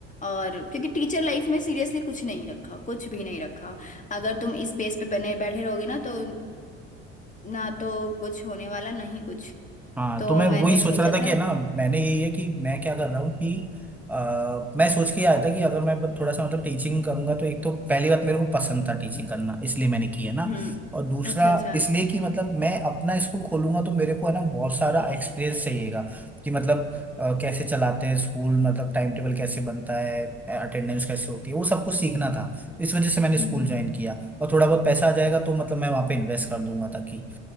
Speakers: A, on the left; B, in the centre.
A: और क्योंकि टीचर लाइफ में सीरियसली कुछ नहीं रखा कुछ भी नहीं रखा अगर तुम इस बेस पे बने बैठे रहोगे ना तो ना तो कुछ होने वाला नहीं कुछ
B: हाँ
A: तो
B: तो मैं
A: मैंने
B: वही सोच
A: सोचा
B: रहा था
A: था
B: कि है ना मैंने यही है कि मैं क्या कर रहा हूँ कि अ, मैं सोच के आया था कि अगर मैं थोड़ा सा मतलब टीचिंग करूंगा तो एक तो पहली बात मेरे को पसंद था टीचिंग करना इसलिए मैंने की है ना
A: हम्म
B: और दूसरा
A: अच्छा अच्छा
B: इसलिए कि मतलब मैं अपना स्कूल खोलूंगा तो मेरे को है ना बहुत सारा एक्सपीरियंस चाहिएगा कि मतलब अ, कैसे चलाते हैं स्कूल मतलब टाइम टेबल कैसे बनता है अटेंडेंस कैसे होती है वो सब कुछ सीखना था तो इस वजह से मैंने स्कूल
A: हम्म।
B: ज्वाइन किया और थोड़ा बहुत पैसा आ जाएगा तो मतलब मैं वहाँ पे इन्वेस्ट कर दूंगा ताकि